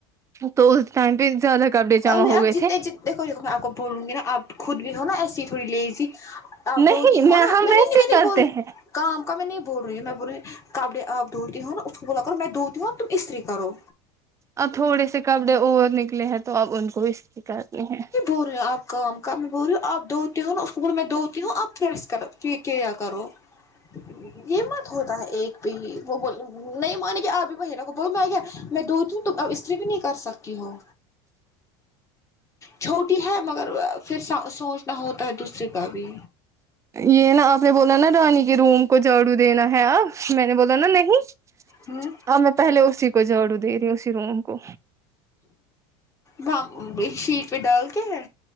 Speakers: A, on the right; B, on the left.
A: تو اس ٹائم پہ زیادہ کپڑے جمع
B: ابھی
A: ہو
B: آپ
A: گئے
B: جتنے
A: تھے
B: جتنے کو دیکھو دیکھو میں آپ کو بولوں گی نا آپ خود بھی ہو نا ایسی ہی تھوڑی لیزی آپ
A: نہیں
B: دھو تھی ہونا
A: میں ہم
B: نی
A: ویسے
B: نی
A: ہی
B: منی
A: کرتے
B: بول
A: ہیں
B: کام کا میں نہیں بول رہی ہوں میں بول رہی کپڑے آب دھوتی ہوں نا اس کو بولا کر میں دھوتی ہوں اب تم استری کرو
A: اب تھوڑے سے کپڑے اور نکلے ہیں تو اب ان کو استری کرنی ہیں
B: ار آپ کا <unintelligible> کل میں بول ریوں اب دوتی ہوں نا اس کو بول میں دوتی ہوں آب فرس کرو یہ کیا کرو دیکھینگے یہ مت ہوتا ہے ایک بھی ہی وہ وہ نہیں مانے گے آب بھی میرا کو بول میں کیا میں دوتیوں تم اب استری بھی نہیں کر سکتی ہو چھوٹی ہے مگر پھر سہ سوچنا ہوتا ہے دوسری کا بھی
A: یہ نا آپ نے بولا نا رانی کے روم کو جھاڑو دینا ہے اب میں نے بولا نا نہیں
B: ہوں
A: آ میں پہلے اسی کو جاڑو دے رہی ہوں اسی روم کو
B: وہاں بشیٹ پہ ڈال کے ہے